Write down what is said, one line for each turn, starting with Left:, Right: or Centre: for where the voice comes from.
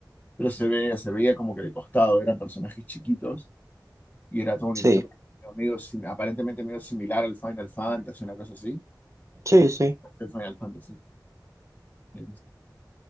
Left: Pero se ve, se veía como que de costado, eran personajes chiquitos y era toda una
Right: Sí,
Left: historia medio, medio sim- aparentemente medio similar al Final Fantasy, una cosa así.
Right: sí, sí.
Left: El Final Fantasy. El-